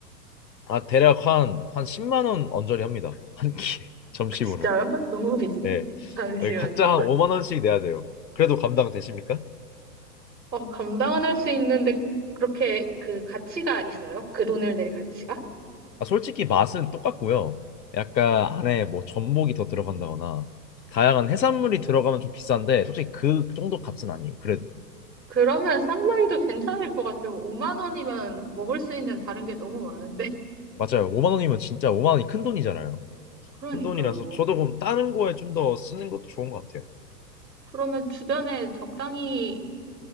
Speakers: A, on the left; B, on the right.
A: 아, 대략 한, 한 10만 원 언저리 합니다. 한 끼에 <laughs> 점심으로.
B: 그 진짜요? <laughs> 너무 비싼데?
A: 예.
B: 잠시만요.
A: 예, 각자 한 5만 원씩 내야 돼요. 그래도 감당 되십니까?
B: 어, 감당은 할 수 있는데, 그렇게 그 가치가 있어요? 그 돈을 낼 가치가?
A: 아, 솔직히 맛은 똑같고요. 약간 안에 뭐 전복이 더 들어간다거나 다양한 해산물이 들어가면 좀 비싼데 솔직히 그 정도 값은 아니에요. 그래도.
B: 그러면 싼 마이도 괜찮을 것 같아요. 5만 원이면 먹을 수 있는 다른 게 너무 많은데. <laughs>
A: 맞아요. 5만 원이면 진짜 5만 원이 큰 돈이잖아요.
B: 그러니까요.
A: 큰 돈이라서 저도 그럼 다른 거에 좀 더 쓰는 것도 좋은 것 같아요.
B: 그러면 주변에 적당히